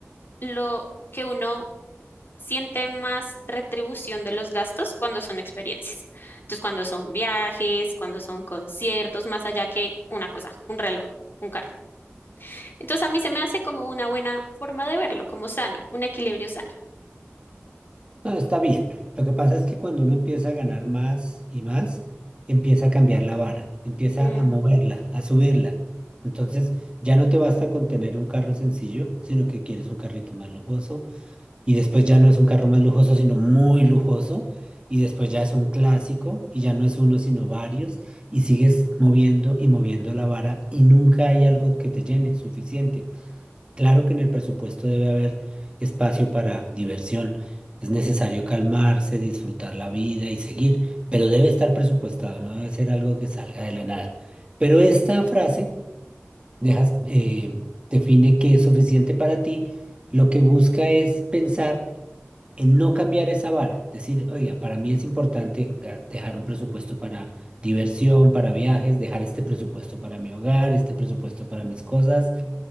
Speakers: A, on the left; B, on the right.
A: lo que uno sienten más retribución de los gastos cuando son experiencias. Entonces, cuando son viajes, cuando son conciertos, más allá que una cosa, un reloj, un carro. Entonces, a mí se me hace como una buena forma de verlo, como sano, un equilibrio sano.
B: No, está bien. Lo que pasa es que cuando uno empieza a ganar más y más, empieza a cambiar la vara, empieza
A: Mm,
B: a moverla, a subirla. Entonces, ya no te basta con tener un carro sencillo, sino que quieres un carrito más lujoso. Y después ya no es un carro más lujoso, sino muy lujoso. Y después ya es un clásico y ya no es uno, sino varios. Y sigues moviendo y moviendo la vara y nunca hay algo que te llene suficiente. Claro que en el presupuesto debe haber espacio para diversión. Es necesario calmarse, disfrutar la vida y seguir, pero debe estar presupuestado, no debe ser algo que salga de la nada. Pero esta frase dejas, eh, define que es suficiente para ti. Lo que busca es pensar en no cambiar esa vara. Decir, oiga, para mí es importante ga- dejar un presupuesto para diversión, para viajes, dejar este presupuesto para mi hogar, este presupuesto para mis cosas